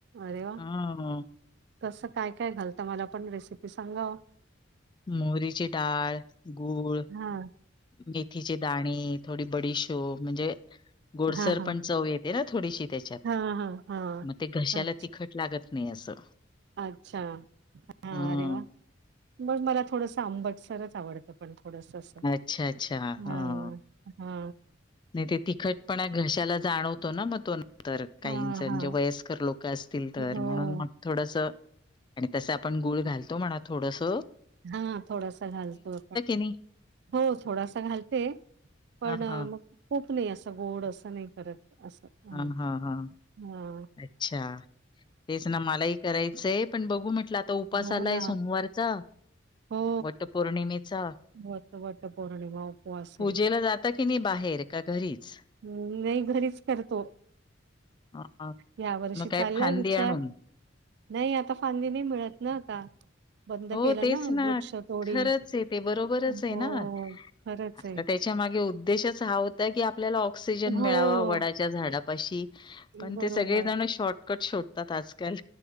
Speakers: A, on the right; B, on the left.
A: अरे वाह!
B: ह.
A: कसं काय काय घालत, मला पण रेसिपी सांगाव.
B: मोरीची डाळ, गूळ,
A: हा.
B: मेथीचे दाणे, थोडी बडीशो म्हणजे गोडसर
A: हां, हां.
B: पण चव येत ना थोडीशी त्याच्यात,
A: हां, हां, हां.
B: मग ते घशाला
A: हां.
B: तिखट लागत नाही असं.
A: अच्छा हा
B: हं.
A: अरे वा. बघ मला थोडस अंबटसरच आवडतं, पण थोडस अस, ह.
B: अच्छा, अच्छा. हां.
A: हा.
B: नाही ते तिखटपणा घशाला जाणवतो ना, म तो नंतर काहीच
A: हां,
B: म्हणजे
A: हां.
B: वयस्कर लोक असतील तर
A: हो.
B: म्हणून मग थोडस, आणि तस आपण गुळ घालतो म्हणा थोडस,
A: हा थोडासा घालतो आपण.
B: नाही?
A: हो थोडासा घालते, पण
B: हां, हां.
A: म खूप नाही असं, गोड असं, नाही करत, असं. आम्ही.
B: हा हा हा,
A: हां.
B: अच्छा, तेच ना, मला एक करायचंय पण बघू म्हटलं, आता उपास
A: हो
B: आलाय
A: ना
B: सोमवारचा
A: हो
B: वट पौर्णिमेचा,
A: वट वट पौर्णिमा उपवास
B: पूजेला
A: आहे.
B: जात ता कि नाही बाहेर, का घरीच?
A: हम् नाही घरीच करत.
B: हां,
A: या वर्षी
B: मग
A: चाललाय
B: काय फांदी
A: विचार.
B: आणून?
A: नाही आता फांदी नाही मिळत ना, आता. बंद
B: हो
A: केलं
B: तेच ना,
A: वृक्ष तोडी
B: खरंचे ते, बरोबरचे
A: हो
B: ना
A: खरंच
B: आता
A: आहे.
B: त्या च्या उद्देशच हा होता की, आप आपल्याला ऑक्सिजन
A: हो
B: मिळावा वडाच्या झाडापाशी पण
A: बरोबर
B: ते सगळेजण शॉर् फटकट सोडतात आजकाल